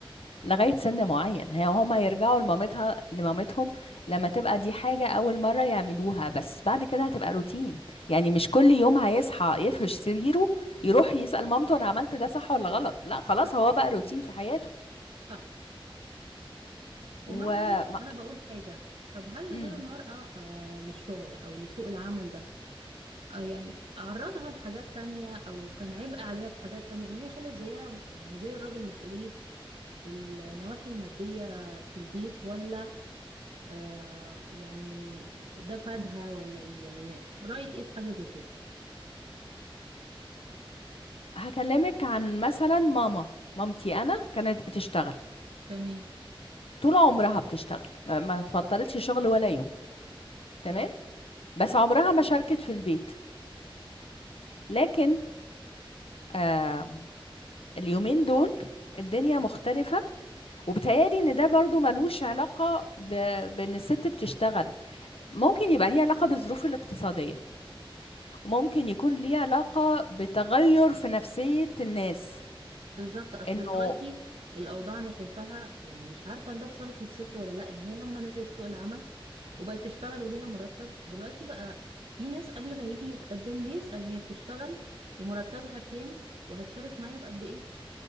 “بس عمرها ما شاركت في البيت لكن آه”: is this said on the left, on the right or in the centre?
Left